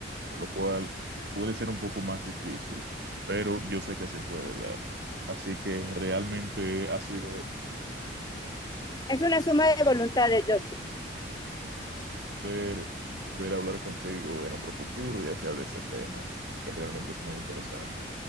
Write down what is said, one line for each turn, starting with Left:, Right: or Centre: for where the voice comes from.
Right: por lo cual puede ser un poco más difícil, pero yo sé que se puede dar. Así que realmente ha sido
Left: Es una suma de voluntad de Justin.
Right: poder, poder hablar contigo en otro futuro, ya sea de este tema, que realmente es muy interesante.